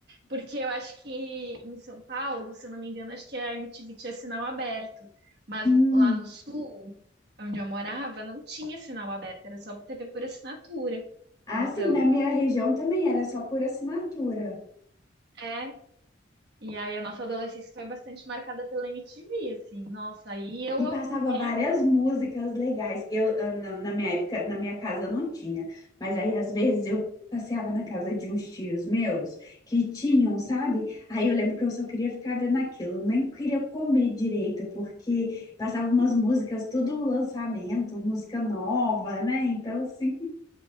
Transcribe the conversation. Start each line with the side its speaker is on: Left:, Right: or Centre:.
Right: porque eu acho que em São Paulo, se eu não me engano, acho que a MTV tinha sinal aberto, mas
Left: Hum.
Right: lá no sul, onde eu morava, não tinha sinal aberto, era só TV por assinatura.
Left: Ah,
Right: Então,
Left: sim, na minha região também era só por assinatura.
Right: é, e aí a nossa adolescência foi bastante marcada pela MTV, assim, nossa, aí eu
Left: E passava
Right: meio
Left: várias músicas legais. Eu, eu, na, na minha época, na minha casa não tinha, mas aí às vezes eu passeava na casa de uns tios meus que tinham, sabe? Aí eu lembro que eu só queria ficar vendo aquilo, nem queria comer direito, porque passava umas músicas, tudo lançamento, música nova, né? Então, assim,